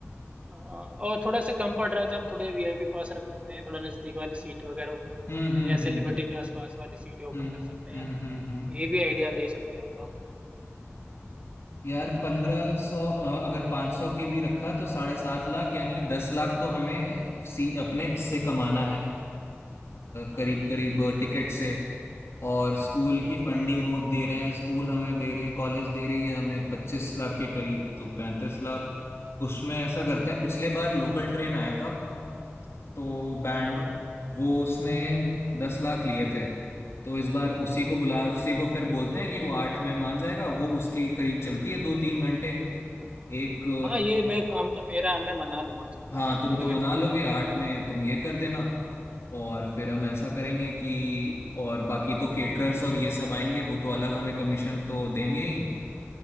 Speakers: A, on the right; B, on the left.
A: हाँ और थोड़ा सा कम पड़ रहा है तो हम थोड़े वीआईपी पास रख सकते हैं थोड़ा नजदीक वाली सीट वगैरह ऑफर कर
B: हम्म
A: सकते
B: हम्म
A: हैं या
B: हम्म
A: सेलिब्रिटी के आसपास वाली सीटें ऑफर
B: हम्म
A: कर सकते
B: हम्म
A: हैं
B: हम्म हम्म
A: ये भी आइडिया ले सकते हैं हम लोग
B: यार पंद्रह
A: है ना
B: सौ अगर पाँच सौ की भी रखा तो साढ़े सात लाख यानी दस लाख तो हमें सी अपने इससे कमाना है
A: हाँ
B: करीब करीब टिकट से और स्कूल की
A: बिल्कुल
B: फंडिंग हो दे रहे हैं स्कूल हमें दे रही कॉलेज दे रही है हमें पच्चीस लाख के करीब तो पैंतीस लाख उसमें ऐसा करते हैं पिछले बार लोकल ट्रेन आया था तो बैंड
A: हाँ
B: वो उसने दस लाख लिए थे तो इस बार उसी को बुला उसी को फिर बोलते हैं कि वो आठ में मान जाएगा वो उसके करीब चलती है दो तीन घंटे एक
A: हाँ ये मैं काम तो मेरा है मैं मना लूंगा चिंता
B: हाँ
A: मत करो
B: तुम तो
A: ये
B: मना
A: तो
B: लोगे आठ
A: मैं अपने
B: में तुम ये कर देना और फिर
A: हाँ
B: हम ऐसा करेंगे कि और बाकी तो केटरर्स और ये सब आएंगे वो तो अलग हमें कमीशन तो देंगे ही